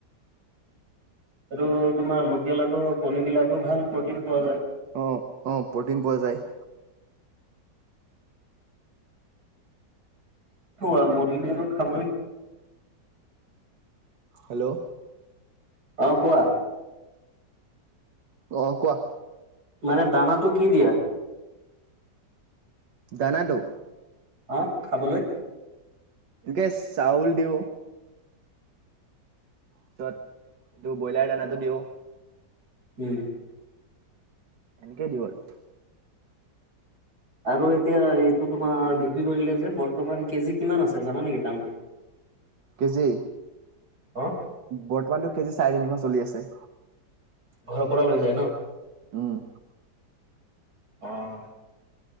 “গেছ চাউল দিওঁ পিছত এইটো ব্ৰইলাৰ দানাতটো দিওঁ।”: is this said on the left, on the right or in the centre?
Right